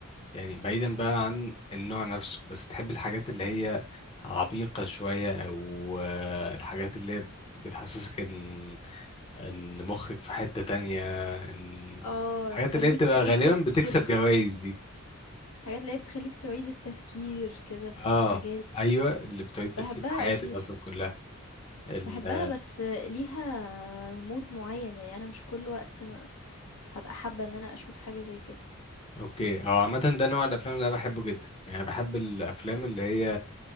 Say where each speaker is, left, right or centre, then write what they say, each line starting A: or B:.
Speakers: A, on the left; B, on the left.
A: يعني بعيدا بقى عن النوع نفسه بس تحبي الحاجات اللي
B: مم.
A: هي عميقة شوية او آه، الحاجات اللي هي بت- بتحسسك ان ان مخك في حتة تانية ان
B: اه
A: الحاجات
B: تخليك
A: اللي هي بتبقى
B: تعيد
A: غالبا
B: تفكير
A: بتكسب جوائز دي؟
B: حاجات اللي هي بتخليك تعيد التفكير كده في
A: اه
B: حاجات
A: ايوه اللي بتعيد التفكير
B: بحبها
A: في حياتك
B: اكيد
A: اصلا كلها ال
B: باحبها
A: آه،
B: بس ليها mood معيّن، يعني أنا مش كل وقت م هابقى حابة إن أنا أشوف حاجة زي كده.
A: اوكي هو عامه ده نوع الافلام اللي انا بحبه جدا يعني بحب الافلام اللي هي